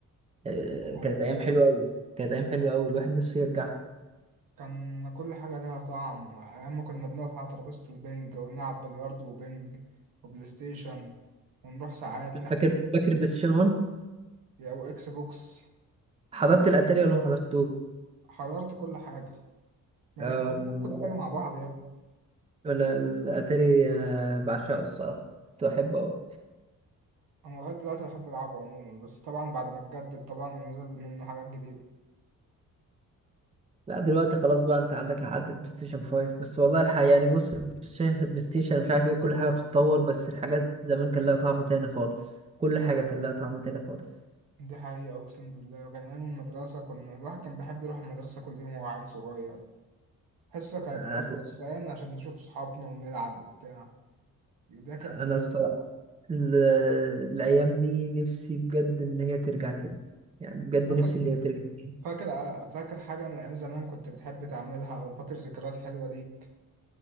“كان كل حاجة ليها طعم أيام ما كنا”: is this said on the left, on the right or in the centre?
Right